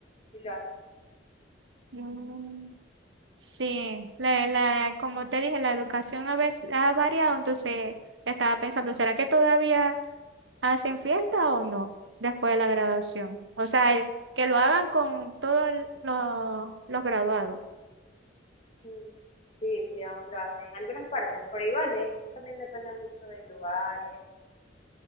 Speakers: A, on the left; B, on the right.
A: sí lo hacen.
B: Mm, sí, la, la, como te dije, la educación a veces ha variado, entonces estaba pensando, ¿será que todavía... ¿Hacen fiesta o no después de la graduación? O sea, el- que lo hagan con todos el- los, los graduados.
A: Sí, sí, sí, aún lo hacen. En algunas partes, pero igual es, también depende mucho del lugar y eso.